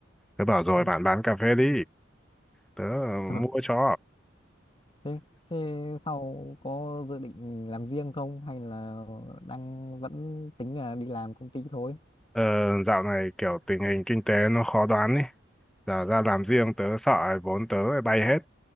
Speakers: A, in the centre; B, on the left.
A: Tớ bảo rồi
B: ừ.
A: bạn bán cà phê đi. Tớ ờ,
B: <laughs>
A: mua cho.
B: thế thế sau có dự định làm riêng không hay là đang vẫn tính là đi làm công ty thôi
A: Ờ, dạo này kiểu tình hình kinh tế nó khó đoán ý. Giờ ra làm riêng tớ sợ vốn tớ lại bay hết.